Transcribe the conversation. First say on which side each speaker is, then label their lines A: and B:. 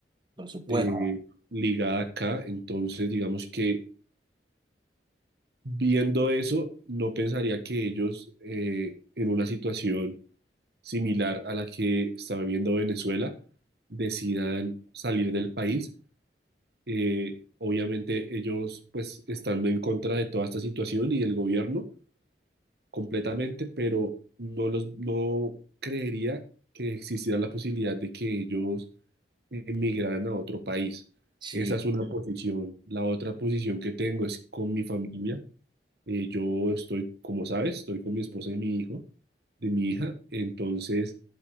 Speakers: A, on the right (about 25°); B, on the right (about 65°).
A: Por supuesto.
B: eh, ligada acá, entonces digamos que viendo eso, no pensaría que ellos eh, en una situación similar a la que está viviendo Venezuela, decidan salir del país. Eh, obviamente ellos pues estando en contra de toda esta situación y del gobierno completamente, pero no los no creería que existiera la posibilidad de que ellos emigraran a otro país.
A: Sí,
B: Esa es una posición. La otra posición que tengo es con mi familia. Eh, yo estoy, como sabes, estoy con mi esposa y mi hijo, de mi hija, entonces